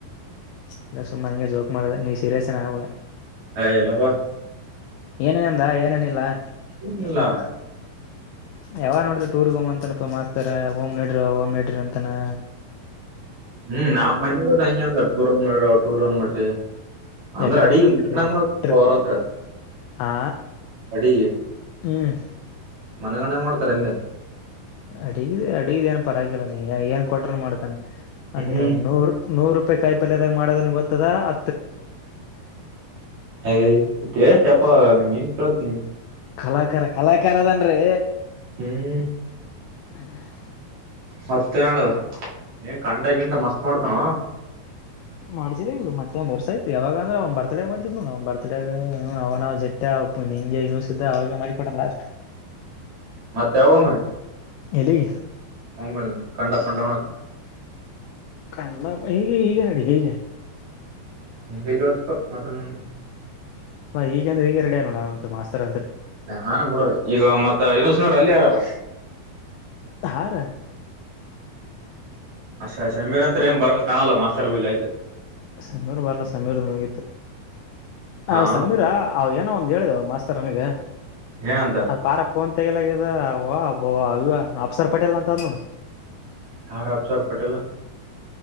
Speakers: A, on the left (about 80°); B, on the right (about 50°).
A: ಎಲ್ಲ ಸುಮ್ಮಾ ಹಂಗೆ ಜೋಕ್ ಮಾಡ್ದೆ ನೀನ್ ಸೀರಿಯಸ್ ಎನ್ ಆಗಬೇಡ.
B: ಅಯ ಇಲ್ಲಪ್ಪಾ.
A: ಏನಂದ ಏನನ್ ಇತ್ ಇಲ್ಲ
B: ಏನಿಲ್ಲ
A: ಏನ್ ಏನೊ. ಯಾವಾಗ ನೋಡಿದ್ರು ಟೂರ್ಗೆ ಹೋಮ್ ಅಂತನಪ್ಪ ಮಾಸ್ತಾರ. ಓಮ್ ನಡ್ರಿ ಓಮ್ ನಡ್ರಿ ಅಂತನಾ.
B: ಹ್ಮ್ ನಾವ್ ಮನ್ನ್ ಹೋದಾಗ ಹಂಗೆ ಅಂದ ಟೂರ್ರು ಮೂರ್ರು. ಟೂರ್ ಹೋಮ್ ನಡ್ರಿ. ಅಂದ್ರ
A: ಯಕಡೆ
B: ಅಡಿ
A: ನೋಡ್ರಿ
B: ಮ ಮಾಡಮಾರ್
A: ಟ್ರಿಪ್
B: ಅಂತ್ರ
A: ಆ
B: ಅಡಿ
A: ಹ್ಮ್
B: ಮನಗಣಂಗ ಮಾಡ್ತ <unintelligible>
A: ಅಡಿಗಿದ್ ಅಡಿಗಿದ್ ಏನ್ ಪರವಾಗಿಲ್ಲ ನೀ ಏನ್ ಏನ್ ಕೊಟ್ರುನು ಮಾಡ್ತಾನ. ಅಂದ್ರ
B: ಹ್ಮ್
A: ನೂರ್ ನೂರು ರೂಪಾಯಿ ಕಾಯಿ ಪಲ್ಯದಾಗ ಮಾಡದನ್ ಗೊತ್ತದ ಹ
B: ಏ ಟೇಸ್ಟ ಅಪ ಮಿನ್ಸ ಹಿನ್
A: ಕಲಾಕಾರ ಕಲಾಕಾರ ಅದನ ರೀ.
B: ಹ್ಮ್.
A: <inaudible>
B: ಮತ್ತೇ ಏನ್ ನಡ್ಡದ ಏ ಕಂಡ ಗಿಂಡ ಮಸ್ತ್ ಮಾಡ್ತಾನೋ.
A: ಮಾಡಿಸಿದ ಇ ಮತ್ತೆಂದ ವರ್ಷ ಆಯ್ತು ಯಾವಾಗ ಅವನ್ ಬರ್ಥಡೇ ಗ್ ಮಾಡ್ಸಿದ್ದ ನೋಡ್ ಅವ್ನ್ ಬರ್ತಡೇಗಾ ಹ ಅವನ ಜೆಟ್ಟ ಅಪ್ಪು ನಿಂಗೆ ಇನ್ನೂಸಿದ್ದ ಅವಾಗೆ ಮಾಡಿಸಿಕೊಟನ್ ಲಾಸ್ಟ್.
B: ಮತ್ತೆ ಯಾವಾಗೋ ಮರ್ರೆ.
A: ಎಲ್ಲಿಗೆ.
B: ಹೊಂಬಾಕಂಡಪ್ಪಂಡಾ ಉಣಕ್ಕ.
A: ಕಂಡ ಹೀಗೆ ಹೀಗೆ ನಡಿ ಹೀಗೆ.
B: ಹೀಗ್ ಎಲ್ಲಿ ಹೋಗತೇಪ್ಪ ಮತ ನು
A: ಹ ಈಗಂದ್ರ ಈಗ ರಡಿ ನೋಡ್ ಅ ಮಾಸ್ತರ ಅಂತರಿ.
B: ಹಾ ನಮ್ ಕೊಡ ಈಗ ಮತ್ತ ಯುನೋಸ್ನರ್ ಅಲ್ಲೇ ಅರಲ್ಲ.
A: ಧಾರ
B: ಅಯ್ ಸಮೀರ ಅಂತ್ರ ಏನ್ ಬರೋಂಗ ಕಾಣಲ್ಲ ಮಾಸ್ತರ್ ಬಲ್ಲೇ ಆಯ್ತು
A: ಸಮೀರ್ ಬರ್ಲ ಸಮೀರ್ ಮುಗೀತ್ತು ಹ
B: ಹಾ
A: ಸಮೀರ ಅವ ಏನ್ ಏನ್ ಒಂದ ಹೇಳಿದ ಮಾಸ್ತರ್ ನನಗೆ
B: ಏನಂತ
A: ಅದು ಪಾರ ಫೋನ್ ಮತ್ತಲ್ಲ ವ ಅಪ್ಸರ್ ಪಟೇಲ್ ಅಂತ ಅದ್ ನೋಡು
B: ಹಾರ ಆಭಚಾರ ಪಟೇಲ್ಲ